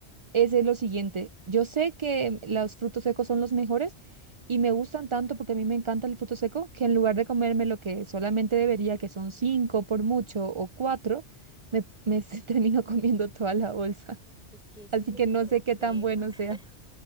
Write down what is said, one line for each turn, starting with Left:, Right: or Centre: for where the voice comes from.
Right: es de lo siguiente. Yo sé que los frutos secos son los mejores y me gustan tanto porque a mí me encanta el fruto seco que en lugar de comerme lo que solamente debería, que son cinco por mucho o cuatro, me, me <laughs> termino comiendo toda la bolsa.
Centre: Es que ese
Right: Así
Centre: es el
Right: que no
Centre: problema.
Right: sé qué tan bueno
Centre: <laughs>
Right: sea.